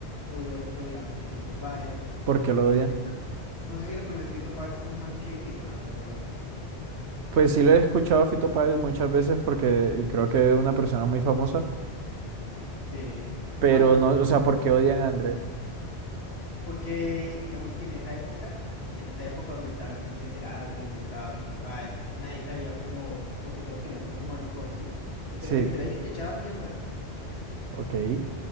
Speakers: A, on the left; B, on the right.
A: lo odia, lo odiaba mucho Fito Páez,
B: ¿Por qué lo
A: que
B: odian?
A: ese man, no sé si lo conoce Fito Páez, es un man que, uy, ese man está re loco
B: Pues sí lo he escuchado a Fito Páez muchas veces porque creo que es una persona muy famosa,
A: Sí.
B: pero
A: Ah, bueno,
B: no, o sea, ¿por qué odian a Andrés?
A: porque digamos que en esa época, en esa época donde estaba el boom de Cerati, donde estaba Fito Páez, nadie sabía como, como que todos querían ser como el mejor, ¿sí? Entonces
B: Sí,
A: entre ellos se echaban mierda.
B: ok.